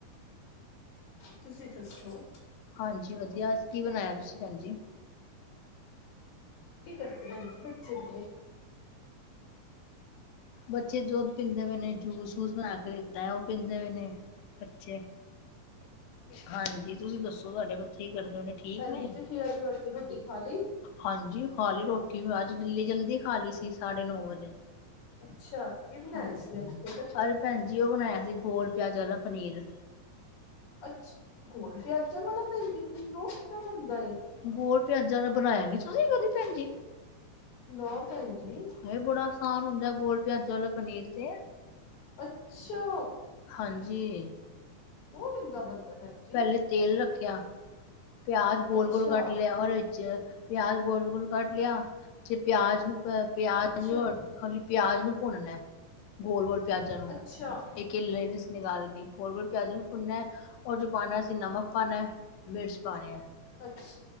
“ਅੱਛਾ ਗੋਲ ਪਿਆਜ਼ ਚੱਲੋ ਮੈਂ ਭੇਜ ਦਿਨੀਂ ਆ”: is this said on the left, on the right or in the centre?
Left